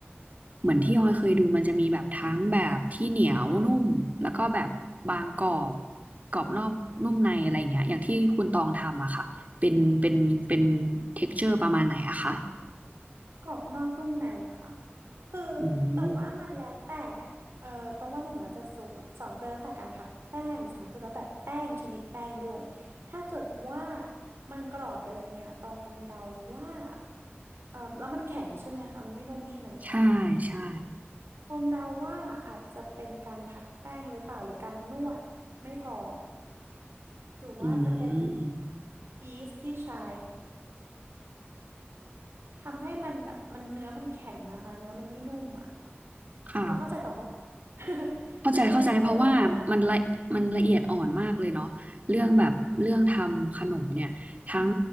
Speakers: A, on the right; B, on the right.
A: เหมือนที่ออยเคยดูมันจะมีแบบทั้งแบบที่เหนียวนุ่ม แล้วก็แบบบางกรอบกรอบนอกนุ่มในอะไรอย่างเงี้ยอย่างที่คุณตองทำอะค่ะ เป็นเป็นเป็นเท็กเจอร์ประมาณไหนอะคะ
B: กรอบนอกนุ่มในค่ะคือ
A: อืม
B: แต่ว่ามันแล้วแต่เอ่อต้องว่าหนึ่งแล้วแต่สูตรสองคือแล้วแต่การพักแป้งสามคือแล้วแต่แป้งชนิดแป้งด้วยถ้าเกิดว่ามันกรอบไปเลยเนี่ยตองเดาว่าเอ่อแล้วมันแข็งใช่ไหมคะมันไม่นุ่มใช่ไหม
A: ใช่ใช่
B: ตองเดาว่าอาจจะเป็นการพักแป้งหรือเปล่าหรือการนวดไม่พอหรือว่าจะเป็น
A: อืม
B: ยีสต์ที่ใช้ทำให้มันแบบมันเนื้อมันแข็งอะค่ะเนื้อมันไม่นุ่มอะ
A: ค่ะ
B: พอเข้าใจต่อบ้าง <laughs>
A: เข้าใจเข้าใจเพราะว่ามันละมันละเอียดอ่อนมากเลยเนาะเรื่องแบบเรื่องทำขนมเนี่ยทั้ง
B: คือมันแล้วแต่ว่า